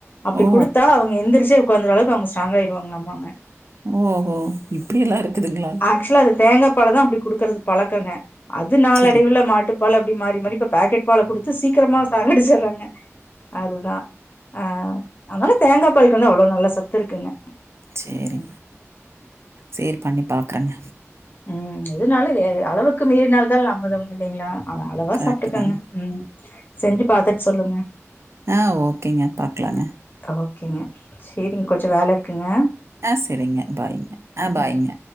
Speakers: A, on the left; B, on the right.
A: அப்டி
B: ஓ!
A: குடுத்தா அவுங்க எந்துரிச்சே உக்காந்துற அளவுக்கு அவுங்க ஸ்ட்ராங் ஆயிருவாங்ளாமங்க
B: ஓஹோ இப்டி எல்லா இருக்குதுங்ளா
A: ஆக்சுவலா அது தேங்கா பால் தா அப்டி குடுக்கிறது பழக்கங்க அது நாலடைவுள
B: சரிங்க,
A: மாட்டு பால அப்டி மாரி மாரி இப்ப பாக்கெட் பால குடுத்து சீக்கிரமா சாகடிச்சிறாங்க அதுதா ஆ அத்னால தேங்கா பால்க்கு வந்து அவ்ளோ நல்ல சத்துருக்குங்க
B: சேரி சேரி பண்ணி பாக்குறங்க
A: ம் எதுனாலு லே அளவுக்கு மீறினால்தல் அமிர்தம் இல்லைங்ளா அவ அளவா
B: கரெக்ட்டு
A: சாப்ட்டுக்கங்க
B: தாங்க.
A: ம் செஞ்சு பாத்துட் சொல்லுங்க
B: அ ஓகேங்க பாக்லாங்க
A: ஓகேங்க சேரிங்க கொஞ்ச வேலருக்குங்க
B: அ செரிங்க பாய்ங்க அ பாய்ங்க